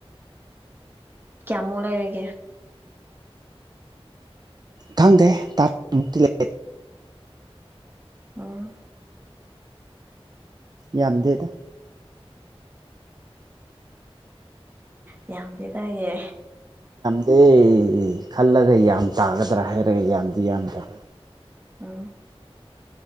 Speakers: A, on the right (about 20°); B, on the right (about 40°).
A: ꯀꯌꯥꯃꯨꯛ ꯂꯩꯔꯤꯒꯦ
B: ꯈꯪꯗꯦ ꯇꯥꯃꯨꯛꯇꯤ ꯂꯩꯦ <unintelligible>
A: ꯎꯝ
B: ꯌꯥꯝꯗꯦꯗ
A: ꯌꯥꯝꯗꯤ ꯇꯥꯏꯌꯦ
B: ꯑꯦ ꯈꯜꯂꯒ ꯌꯥꯝ ꯇꯥꯒꯗ꯭ꯔꯥ ꯍꯥꯏꯔꯒꯦ ꯌꯥꯝꯗꯤ ꯌꯥꯝꯗꯕ
A: ꯎꯝ